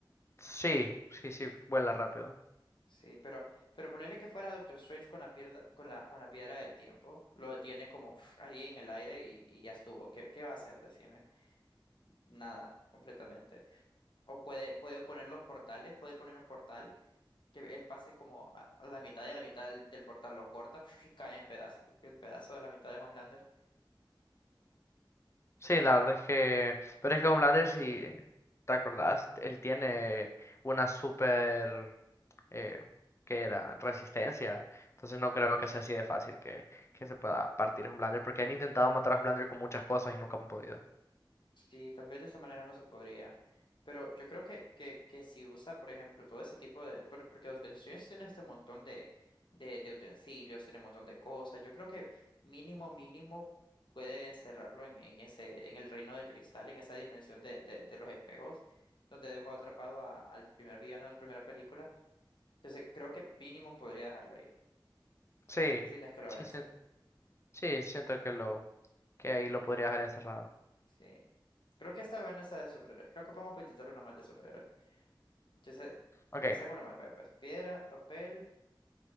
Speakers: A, on the left; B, on the left.
A: Sí, sí, sí, vuela rápido.
B: Sí, pero, pero ponerle que fuera Doctor Strange con la piedra, con la, con la piedra del tiempo, lo detiene como uf, ahí en el aire y, y ya estuvo. ¿Qué, qué va a hacer? Decime. Nada, completamente. O puede, puede poner los portales, puede poner un portal que él pase como a, a la mitad y a la mitad del, del portal lo corta <laughs> y cae en pedazo, el pedazo de la mitad de Homelander.
A: Sí, la verdad es que. Pero es que con Blanders, si te acordás, él tiene una super. Eh, ¿qué era? Resistencia. Entonces no creo que sea así de fácil que, que se pueda partir con Blanders, porque han intentado matar a Blanders con muchas cosas y nunca han podido.
B: Sí, tal vez de esa manera no se podría. Pero yo creo que, que, que si usa, por ejemplo, todo ese tipo de... bueno, porque Doctor Strange tiene este montón de, de, de utensilios, tiene un montón de cosas. Yo creo que mínimo, mínimo puede encerrarlo en, en ese, en el reino de cristal, en esa dimensión de, de, de los espejos, donde dejó atrapado a- al primer villano de la primera película. Entonces, creo que mínimo podría dejarlo ahí.
A: Sí,
B: Si no es que lo
A: sí,
B: vence.
A: sí, sí, siento que lo que ahí lo podría dejar encerrado.
B: Sí. Creo que esta vez no está de superhéroes. Creo que podemos intentar una más de superhéroes. Entonces,
A: Ok,
B: pensé en una más. pero, pues, piedra, papel,